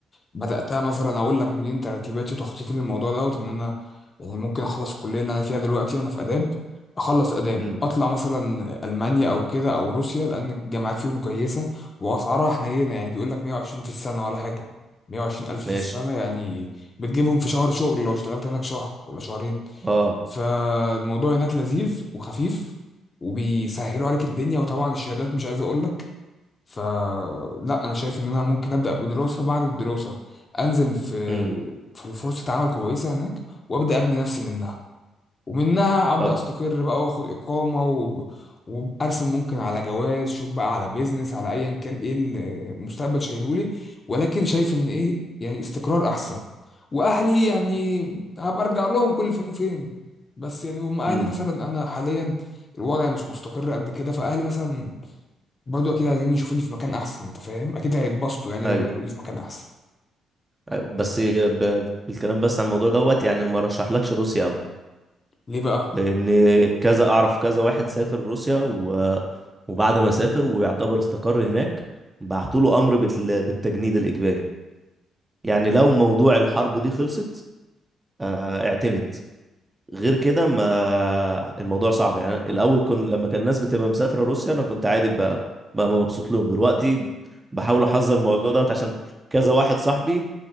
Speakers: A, on the left; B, on the right.
A: بدأتها مثلا اقول لك منين ترتيباتي وتخطيطي للموضوع دوت ان انا يعني ممكن اخلص الكليه اللي انا فيها دلوقتي انا في اداب اخلص اداب
B: امم
A: اطلع مثلا المانيا او كده او روسيا لان الجامعات فيهم كويسه واسعارها حنينه يعني بيقول لك 120 في السنه ولا حاجه 120 الف
B: ماشي
A: في السنه يعني بتجيبهم في شهر شغل لو اشتغلت هناك شهر ولا شهرين
B: اه
A: فالموضوع هناك لذيذ وخفيف وبيسهلوا عليك الدنيا وطبعا الشهادات مش عايز اقول لك فلا انا شايف ان انا ممكن ابدا بدراسه بعد الدراسه انزل في
B: امم
A: في فرصه عمل كويسه هناك وابدا ابني نفسي منها ومنها ابدا
B: طب
A: استقر بقى واخد اقامه و... وارسم ممكن على جواز شوف بقى على بيزنس على ايا كان ايه المستقبل شايلهولي ولكن شايف ان ايه يعني استقرار احسن واهلي يعني هبقى ارجع لهم كل فين وفين بس يعني هم اهلي
B: امم
A: مثلا انا حاليا الوضع مش مستقر قد كده فاهلي مثلا برضو اكيد عايزين يشوفوني في مكان احسن انت فاهم اكيد هيتبسطوا يعني
B: ايوه
A: لما يلاقوني في مكان احسن
B: ايوه بس ب... بالكلام بس عن الموضوع دوت يعني ما رشحلكش روسيا قوي
A: ليه بقى
B: ان كذا اعرف كذا واحد سافر روسيا و... وبعد ما سافر ويعتبر استقر هناك بعتوا له امر بال... بالتجنيد الاجباري يعني لو موضوع الحرب دي خلصت آه، اعتمد غير كده ما الموضوع صعب يعني الاول كن لما كان الناس بتبقى مسافره روسيا انا كنت عادي بقى, بقى مبسوط لهم دلوقتي بحاول احذر الموضوع دوت عشان كذا واحد صاحبي